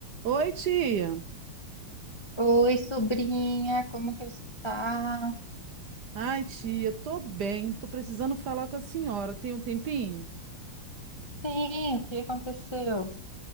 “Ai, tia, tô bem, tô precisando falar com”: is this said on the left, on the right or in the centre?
Right